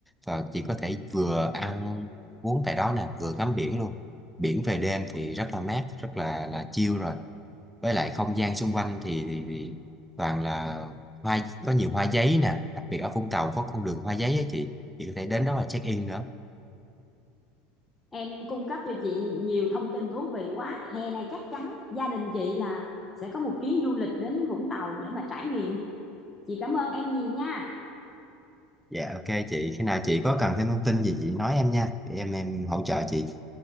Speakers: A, in the centre; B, on the left (about 15°).
A: và chị có thể vừa ăn uống tại đó nè vừa ngắm biển luôn biển về đêm thì rất là mát rất là là chill rồi với lại không gian xung quanh thì, thì, thì toàn là hoa có nhiều hoa giấy nè đặc biệt ở Vũng Tàu có con đường hoa giấy á chị chị có thể đến đó và check in nữa
B: Em cung cấp cho chị nhiều thông tin thú vị quá. Hè này chắc chắn gia đình chị là sẽ có một chuyến du lịch đến Vũng Tàu để mà trải nghiệm. Chị cảm ơn em nhiều nha.
A: dạ ok chị khi nào chị có cần thêm thông tin gì chị nói em nha để em em hỗ trợ chị